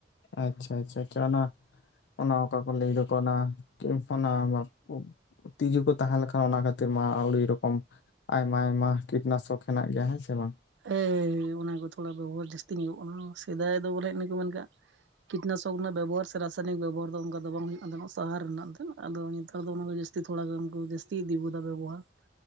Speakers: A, on the left; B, on the right.
A: ᱟᱪᱪᱷᱟ, ᱟᱪᱪᱷᱟ, ᱟᱪᱪᱷᱟ ᱚᱱᱟ ᱚᱱᱟ ᱚᱠᱟ ᱠᱚ ᱞᱟᱹᱭ ᱫᱟᱠᱚ ᱚᱱᱟ ᱠᱮᱢᱯᱷᱚᱱᱟ ᱵᱟᱥᱯᱚ᱾ ᱛᱤᱡᱩ ᱠᱚ ᱛᱟᱦᱮᱸ ᱞᱮᱠᱷᱟᱱ ᱚᱱᱟ ᱠᱷᱟᱹᱛᱤᱨ ᱢᱟ ᱟᱹᱣᱲᱤ ᱨᱚᱠᱚᱢ ᱟᱭᱢᱟ, ᱟᱭᱢᱟ ᱠᱤᱴᱱᱟᱥᱚᱠ ᱦᱮᱱᱟᱜ ᱜᱮᱭᱟ ᱦᱮᱸ ᱥᱮ ᱵᱟᱝ ᱾
B: ᱦᱮᱸ ᱚᱱᱟ ᱠᱚ ᱛᱷᱚᱲᱟ ᱵᱮᱵᱚᱦᱟᱨ ᱡᱟᱹᱥᱛᱤ ᱧᱮᱞᱚᱜ ᱠᱟᱱᱟ᱾ ᱥᱮᱫᱟᱭ ᱫᱚ ᱵᱚᱞᱮ ᱤᱱᱟᱹ ᱠᱚ ᱢᱮᱱ ᱠᱟᱜ ᱠᱤᱴᱱᱟᱥᱚᱠ ᱨᱮᱱᱟᱜ ᱵᱮᱵᱚᱦᱟᱨ ᱥᱮ ᱨᱟᱥᱟᱭᱚᱱᱤᱠ ᱠᱤᱴᱱᱟᱥᱚᱠ ᱨᱮᱱᱟᱜ ᱵᱮᱵᱚᱦᱟᱨ ᱥᱮ ᱨᱟᱥᱟᱭᱱᱤᱠ ᱵᱮᱵᱚᱦᱟᱨ ᱫᱚ ᱚᱱᱠᱟ ᱫᱚ ᱵᱟᱝ ᱦᱩᱭᱩᱜ ᱠᱟᱱ ᱛᱟᱦᱮᱸᱱᱟ ᱥᱟᱨ ᱨᱮᱱᱟᱜ ᱫᱮᱱ ᱟᱫᱚ ᱱᱮᱛᱟᱨ ᱫᱚ ᱚᱱᱟ ᱜᱮ ᱡᱟᱹᱥ ᱛᱤ ᱛᱷᱚᱲᱟ ᱜᱟᱱ ᱠᱚ ᱡᱟᱹᱥᱛᱤ ᱤᱫᱤ ᱠᱟᱣᱫᱟ ᱵᱮᱵᱚᱦᱟᱨ ᱾